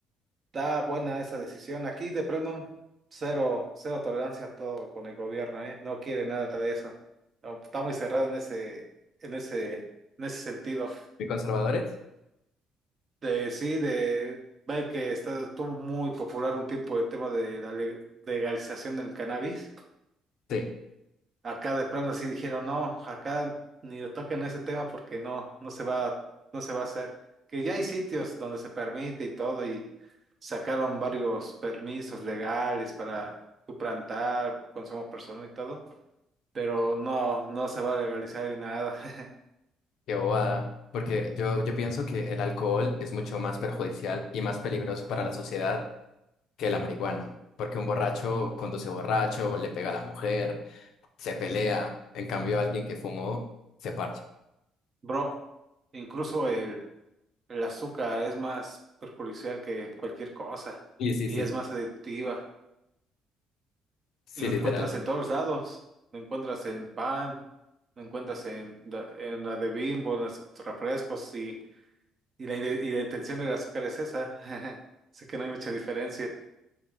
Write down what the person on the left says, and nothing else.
¿Y conservadores?
Sí,
qué bobada. Porque yo, yo pienso que el alcohol es mucho más perjudicial y más peligroso para la sociedad que la marihuana. Porque un borracho conduce borracho, le pega a la mujer, se pelea. En cambio, alguien que fumó se parcha.
Sí, sí,
sí.
sí.
Sí,
literal.